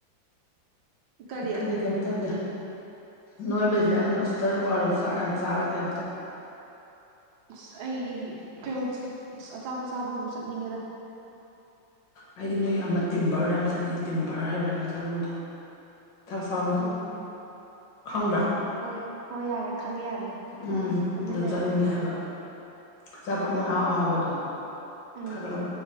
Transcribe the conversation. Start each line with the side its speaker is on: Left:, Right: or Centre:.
Right: ꯀꯔꯤ
Left: ꯏꯗꯤ ꯀꯝꯇꯧ ꯅꯣꯏꯕꯤꯁꯗ ꯅ ꯁꯤ ꯇꯔ ꯕꯔꯁ ꯁ ꯀꯝ ꯆꯋꯦꯖ
Right: ꯑꯁ ꯑꯩꯗꯤ ꯀꯩꯅꯣ ꯑꯁ ꯑꯆꯥꯄ ꯆꯥꯕꯕꯨ ꯆꯠꯅꯤꯡꯉꯦꯗ
Left: ꯑꯩꯗꯤ ꯅꯣꯏ ꯑꯃ ꯇꯤꯚꯔꯗ ꯌꯥꯝꯝ ꯆꯠꯅꯤꯡꯉ ꯇꯤꯚꯔ ꯍꯥꯏꯕ ꯆꯥꯛ ꯆꯥꯐꯝꯗꯣ ꯏ ꯊꯛ ꯁꯐꯝꯝꯗꯣ
Right: ꯎꯝ
Left: ꯈꯪꯕ꯭ꯔꯥ
Right: ꯍꯣꯏ ꯍꯣꯏ ꯌꯥꯔꯦ ꯈꯪꯉꯦ ꯌꯥꯔꯦ
Left: ꯎꯝ
Right: ꯇꯨꯃꯤꯟ
Left: ꯑꯗꯨꯝ
Right: ꯂꯩꯔꯣ
Left: ꯆꯠꯅꯤꯡꯉꯦ ꯍꯥꯏꯕ ꯆꯠ ꯑꯧꯕꯗꯣ
Right: ꯎꯝ
Left: ꯊ ꯂ